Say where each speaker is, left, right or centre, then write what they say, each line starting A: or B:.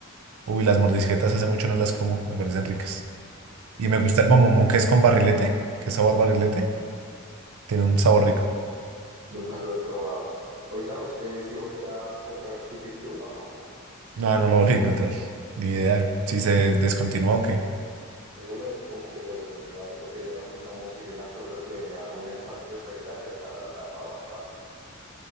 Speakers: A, on the right (about 85°); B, on the right (about 65°).
A: Uy, las mordisquetas hace mucho no las como, me parecen ricas. Y
B: las
A: me gusta
B: son buenas.
A: el mamomón que es con barrilete, que es sabor barrilete. Tiene un sabor rico.
B: Nunca lo he probado. Oiga, ¿usted sí volvió a encontrar Chupiplum o no?
A: No, no lo volví a encontrar. Ni idea si se descontinuó o qué.
B: Eso lo es como que lo descontinuaron porque ese era muy famoso y yo me acuerdo que venía un empaque re grande, hasta tapaba el palo.